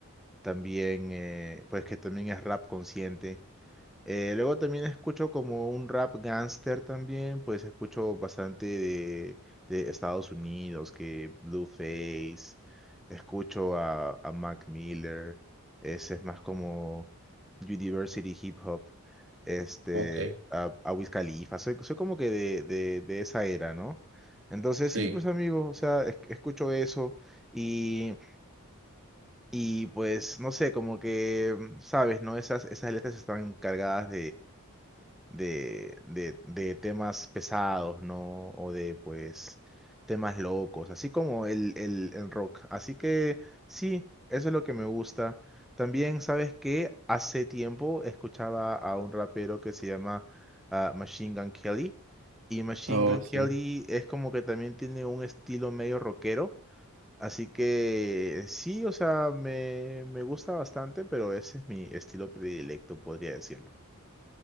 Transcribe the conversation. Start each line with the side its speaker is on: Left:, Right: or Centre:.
Centre: También, eh, pues que también es rap consciente. Eh, luego también escucho como un rap gangster también, pues escucho bastante de, de Estados Unidos, que Blueface, escucho a, a Mac Miller, ese es más como University Hip Hop, este,
Right: Ok,
Centre: a, a Wiz Khalifa, soy, soy como que de, de, de esa era, ¿no? Entonces
Right: sí.
Centre: sí, pues amigo, o sea, es- escucho eso y, y pues no sé, como que, mm, sabes, ¿no? Esas, esas letras están cargadas de, de, de temas pesados, ¿no? O de, pues, temas locos, así como el, el, el rock. Así que sí, eso es lo que me gusta. También, ¿sabes que Hace tiempo escuchaba a un rapero que se llama ah, Machine Gun Kelly. Y Machine
Right: Oh,
Centre: Gun
Right: sí.
Centre: Kelly es como que también tiene un estilo medio rockero. Así que sí, o sea, me, me gusta bastante, pero ese es mi estilo predilecto, podría decirlo.